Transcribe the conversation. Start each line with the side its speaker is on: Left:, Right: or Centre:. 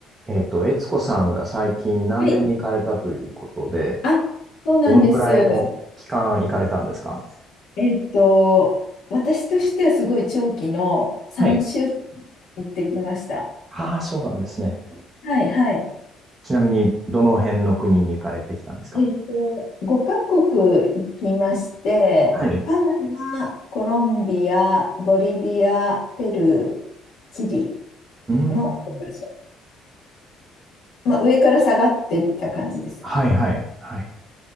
Right: えっと、悦子さんが最近南米に行かれたということで、
Left: はい。あ、そうなんです。
Right: どのくらいの期間行かれたんですか
Left: えっと、私としてはすごい長期の3週間
Right: はい。
Left: 行ってきました。
Right: ああ、そうなんですね。
Left: はい、はい。
Right: ちなみに、どの辺の国に行かれてきたんですか
Left: えっと、5カ国行きまして、
Right: はい。
Left: パナマ、コロンビア、ボリビア、ペルー、チリ
Right: うーん。
Left: のごかしょまあ、上から下がってった感じです。
Right: はいはい。はい。